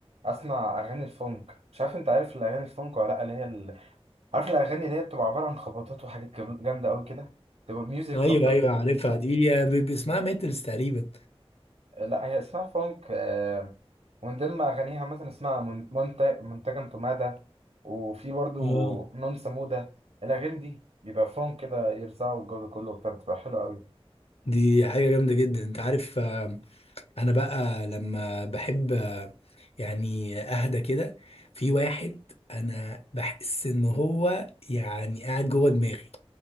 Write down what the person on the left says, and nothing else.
ايوه
ايوه عارفها دي ب- باسمها ميتلز تقريبا
اه
دي حاجة جامدة جدا انت عارف آه، انا بقى لما بحب آه، يعني اهدى كده في واحد انا بحس ان هو يعني قاعد جوه دماغي